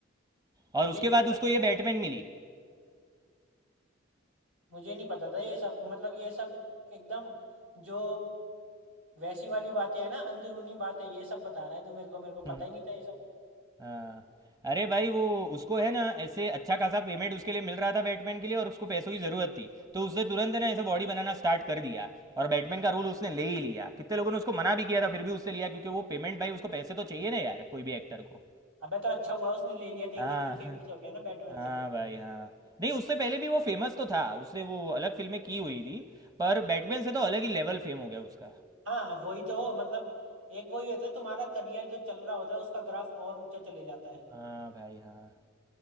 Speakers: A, on the right; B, on the right.
A: और
B: मुझे
A: उसके
B: नहीं
A: बाद
B: पता
A: उसको
B: था
A: ये बैटमैन मिली
B: मुझे नहीं पता था ये सब मतलब ये सब एकदम जो वैसी वाली बातें है ना अंदरूनी बातें ये सब बता रहा है तू मेरे को मेरे को
A: <laughs>
B: पता ही नहीं था ये सब
A: हाँ अरे भाई वो उसको है ना ऐसे अच्छा खासा पेमेंट उसके लिए मिल रहा था बैटमैन के लिए और उसको पैसों की ज़रूरत थी तो उसने तुरंत है ना ऐसे बॉडी बनाना स्टार्ट कर दिया और बैटमैन का रोल उसने ले ही लिया कितने लोगों ने उसको मना भी किया था फिर भी उससे लिया क्योंकि वो पेमेंट भाई उसको पैसे तो चाहिए ना यार कोई भी एक्टर को
B: अबे तो अच्छा हुआ उसने ले लिया देख
A: हाँ
B: कितने
A: <laughs>
B: फेमस
A: हाँ
B: हो गया ना बैटमैन
A: हाँ
B: से
A: भाई हाँ नहीं उससे पहले भी वो फेमस तो था उसने वो अलग फिल्में की हुई थी पर बैटमैन से तो अलग ही लेवल फेम हो गया उसका
B: हाँ वही तो मतलब एक वही होता है तुम्हारा करियर जो चल रहा होता है उसका ग्राफ और ऊंचा चले जाता है
A: हाँ भाई हाँ